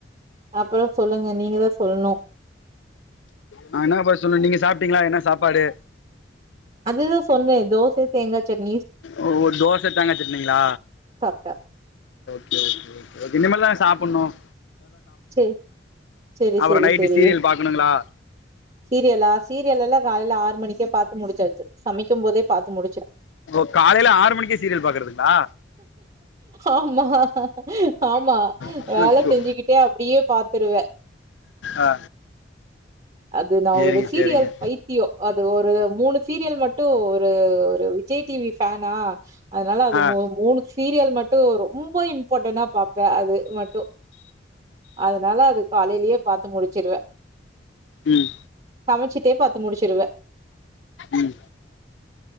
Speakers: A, on the right (about 35°); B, on the left (about 80°).
A: அப்புறம் சொல்லுங்க நீங்க தா சொல்லணும்
B: ஆ என்ன ஃபஸ்ட் சொல்லணும் நீங்க சாப்ட்டீங்களா என்ன சாப்பாடு
A: அதுதான் சொன்ன தோசை தேங்கா சட்னி
B: ஓ தோச தேங்கா சட்னிங்களா
A: சாப்ட்டே
B: ஓகே ஓகே ஓகே இன்னிமேல தா சாப்புண்ணும்
A: சேரி சேரி
B: அப்புறம்
A: சேரி
B: நைட்டு
A: சேரி
B: சீரியல் பார்க்கணுங்களா
A: சீரியலா சீரியலெல்லா காலைல ஆறு மணிக்கே பாத்து முடிச்சாச்சு சமைக்கும் போதே பாத்து முடிச்சாசு
B: ஓ காலையில ஆறு மணிக்கே சீரியல் பார்க்கறதுங்களா
A: ஆமா ஆமா
B: அச்சச்சோ
A: வேல செஞ்சுக்கிட் அப்டியே பாத்துருவேன்
B: ஆ
A: அது நான்
B: சரிங்க
A: ஒரு சீரியல்
B: சரிங்க
A: பைத்தியம் து ஒரு மூணு சீரியல் மட்டும் ஒரு ஒரு விஜய் டிவி ஃபேனா அதனால அது
B: ஆ
A: மூ மூணு சீரியல் மட்டும் ரொம்ப இம்பார்ட்டன்னா பாப்ப அது மட்டு அதனால அது காலைலயே பாத்து முடிச்சிருவேன்
B: ம்ம்
A: சமச்சிட்டே பாத்து முடிச்சுிருவேன்
B: ம்